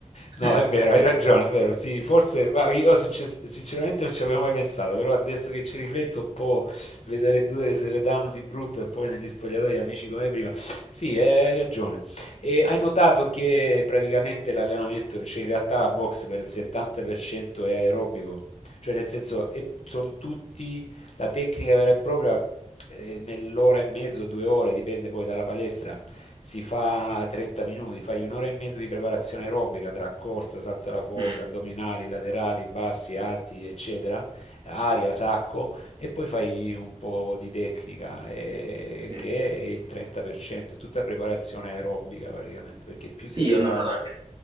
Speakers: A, on the left; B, on the right.
A: No,
B: <laughs>
A: è vero, hai ragione, è vero. Sì, forse guarda, io sincer- sinceramente non ci avevo mai pensato, però adesso che ci rifletto un po', vedere due che se le danno di brutto e poi negli spogliatoi amici come prima. Sì, eh, hai ragione. E hai notato che praticamente l'allenamento, cioè in realtà la box per il 70% è aerobico, cioè nel senso e sono tutti la tecnica vera e propria eh, nell'ora e mezzo, due ore, dipende poi dalla palestra, si fa 30 minuti, fai un'ora e mezzo di preparazione aerobica tra corsa, salto alla corda,
B: Mm,
A: addominali, laterali, bassi, alti, eccetera, aria, sacco, e poi fai un po' di tecnica, eh,
B: sì.
A: che è il 30%, è tutta preparazione aerobica praticamente, perché più
B: Sì,
A: sei preparato
B: ho notato anche